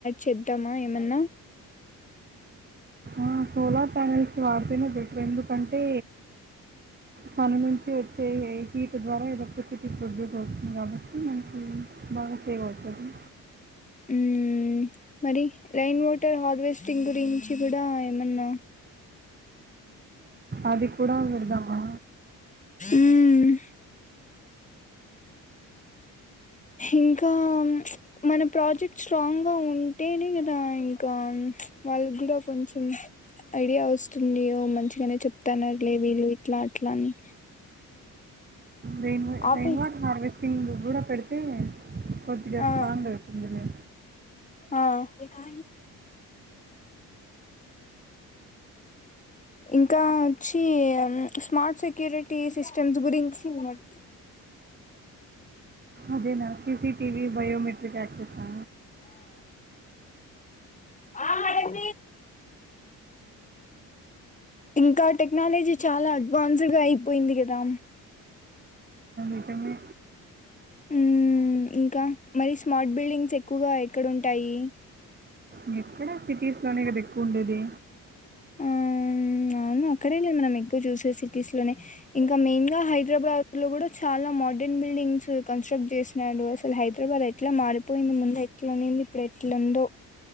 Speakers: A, on the left; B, on the right.
A: చేద్దామా ఏమన్నా
B: ఆ సోలార్ ప్యానెల్స్ వాడితేనే బెటర్ ఎందుకంటే సన్ నుంచి వచ్చే హీట్ ద్వారా ఎలక్ట్రిసిటీ ప్రొడ్యూస్ అవుతుంది కాబట్టి మనకి బాగా సేవ్ అవుతుంది
A: ఉమ్ మరి లైన్ వాటర్ హార్వెస్టింగ్ గురించి కూడా ఏమన్నా
B: అది కూడా విడుదమా
A: ఉమ్ ఇంకా ఇంకా మన ప్రాజెక్ట్ స్ట్రాంగ్ గా ఉంటేనే కదా ఇంకా వాళ్ళ కూడా కొంచెం ఐడియా వస్తుంది ఓ మంచి నే చెప్తన్నారు లే వీళ్ళు ఇట్లా అట్లా అని
B: రెయిన్
A: ఆపే
B: రైన్ వాటర్ హార్వెస్టింగ్ కూడా పెడితే కొద్దిగా
A: ఆ
B: స్ట్రాంగ్ అవుతుందిలే.
A: ఆ ఇంకా ఇంకా వచ్చి స్మార్ట్ సెక్యూరిటీ సిస్టమ్స్ గురించి మట్
B: అదేనా సీసీటీవీ బయోమెట్రిక్ యాక్సెస్ ఆ?
A: ఆ మ ఇంకా టెక్నాలజీ చాలా అడ్వాన్స్ గా అయిపోయింది కదా
B: అటమే
A: ఉ ఇంకా మరి స్మార్ట్ బిల్డింగ్స్ ఎక్కువగా ఎక్కడ ఉంటాయి
B: మీక్కడ సిటీస్ లోనే కదా ఎక్కువ ఉండేది
A: ఆ! అవును. అక్కడేలే మనం ఎక్కువ చూసే సిటీస్‌లోనే. ఇంకా మెయిన్ గా హైదరాబాద్ ఇట్లో కూడా చాలా మోడ్రన్ బిల్డింగ్స్ కన్స్ట్రక్ట్ చేసినాడు అసలు హైదరాబాద్ ఎట్లా మారిపోయింది ముందు ఎట్లా ఉనింది ఇప్పుడు ఎట్లాందో